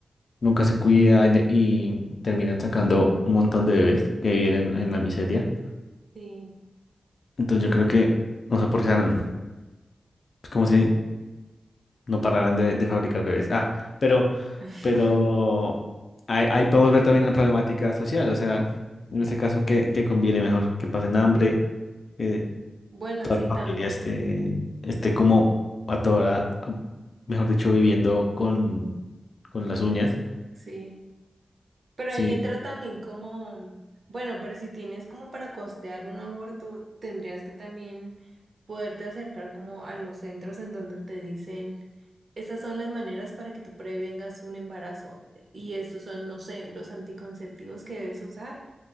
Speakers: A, on the left; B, on the right.
A: nunca se cuida y, de- y terminan sacando un montón de bebés que viven en, en la miseria.
B: Sí.
A: Entonces yo creo que, no sé por qué, no- es como si no pararan de, de fabricar bebés. Ah, pero,
B: <laughs>
A: pero ahí, ahí podemos ver también la problemática social, o sea, en ese caso, ¿qué, qué conviene mejor? Que pasen hambre, que
B: Bueno,
A: toda
B: sí,
A: la
B: también.
A: familia esté, esté como a toda hora mejor dicho, viviendo con, con las uñas.
B: Sí. Pero
A: Sí,
B: ahí entra también como, bueno, pero si tienes como para costear un aborto, tendrías que también poderte acercar como a los centros en donde te dicen, esas son las maneras para que tú prevengas un embarazo y estos son, no sé, los anticonceptivos que debes usar